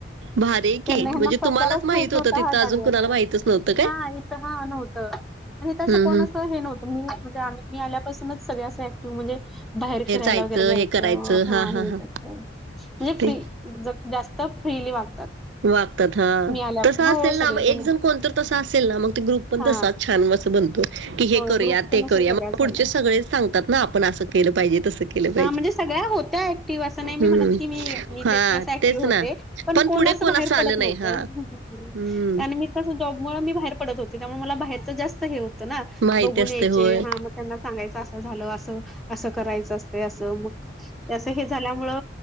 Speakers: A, on the right (about 70°); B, in the centre.
A: भारी आहे
B: त्यांना
A: की
B: हना
A: म्हणजे
B: प्रकारच
A: तुम्हालाच
B: माहित नव्हता,
A: होतं तिथं
B: हा
A: अजून
B: दांडियाचा.
A: कुणाला माहितच नव्हतं काय?
B: हा, इथ. हा नव्हतं. आणि तसं
A: हं,
B: कोणाच
A: हं.
B: हे नव्हतं. मी. म्हणजे आम्ही, मी आल्यापासूनच. सगळे असं, ऍक्टिव्ह म्हणजे बाहेर फिरायला
A: जायचं
B: वगैरे, जायचं.
A: हे करायचं
B: हा
A: हां, हां,
B: हे
A: हां.
B: क <unintelligible> म्हणजे
A: ते
B: फ्री. ज - जास्त फ्रीली वागतात.
A: वागतात. हं.
B: मी आल्या
A: तसं
B: हो
A: असेल ना
B: सगळेजण
A: मग. एक जण कोण तर तसा असेल ना, मग ते ग्रुप पण
B: हा
A: तसा छान अस बनतो. की हे
B: हो
A: करूया.
B: ग्रुप पण
A: ते
B: असं
A: करूया.
B: सगळा झाला
A: पुढचे सगळे सांगतात ना. आपण असं केलं पाहिजे. तसं केलं पाहिजे.
B: हा म्हणजे, सगळ्या होत्या ऍक्टिव्ह. असं नाही मी
A: हं.
B: म्हणत. की, मी मीच
A: हां,
B: एकटी अस ऍक्टिव्ह
A: तेच ना.
B: होते. पण कोणच
A: पुढे कोण
B: बाहेर
A: असं आलं
B: पडत
A: नाही.
B: नव्हतं.
A: हां.
B: <unintelligible>
A: हं.
B: कारण मी कस, जॉबमूळ मी बाहेर पडत होत. त्यामुळे मला बाहेरच जास्त हे होतं ना.
A: माहिती
B: बघून
A: असते.
B: यायचे.
A: होय.
B: हा मग त्यांना सांगायचं. असं झालं. असं असं करायचं असतय. अस, मग हे झाल्यामुळे,